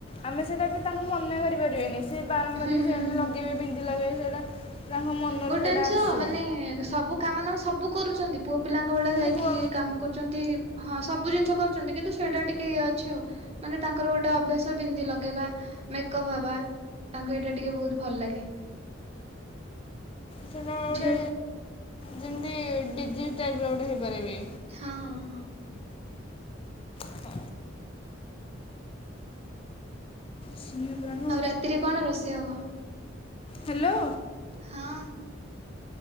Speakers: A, on the left; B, on the right.
A: ଆମେ ସେଇଟା ବି ତାଙ୍କୁ ମନା କରିପାରିବାନି ସେ ବାରମ୍ବାର
B: ହୁଁ ହୁଁ
A: ସେଟା
B: ହୁଁ।
A: ଲଗେଇବେ ବିନ୍ଧି ଲଗେଇବେ ସେଟା-' ତାଙ୍କ ମନରୁ
B: ଗୋଟେ
A: ସେଟା
B: ଜିନଷ
A: ଆସେ
B: ମାନେ ସବୁ କାମ ଦାମ ସବୁ କରୁଛନ୍ତି ପୁଅ ପିଲାଙ୍କ ଭଳିଆ
A: ମାନେ
B: ଯାଇକି
A: ପୁଅ
B: କାମ କରୁ-' ହଁ ସବୁ ଜିନିଷ କରୁଛନ୍ତି କିନ୍ତୁ ସେଇଟା ଟିକେ ଇଏ ଅଛି ଆଉ। ମାନେ ତାଙ୍କର ଗୋଟେ ଅଭ୍ୟାସ ବିନ୍ଧି ଲଗେଇବା ମେକଅପ୍ ହବା ତାଙ୍କୁ ଏଇଟା ଟିକେ ବହୁତ ଭଲ ଲାଗେ।
A: ସେଇଟା ଗୋଟେ
B: ଝିଅ
A: ଯେମିତି ଡିଜିଟ୍ ଟାଇପ୍ ର ଗୋଟେ ହେଇପାରିବି।
B: ହଁ ହଁ ହଁ।
A: ତ ନିଉ ବ୍ରାଣ୍ଡ।
B: ଆଉ ରାତିରେ କଣ ରୋଷେଇ ହବ?
A: ହାଲୋ।
B: ହଁ।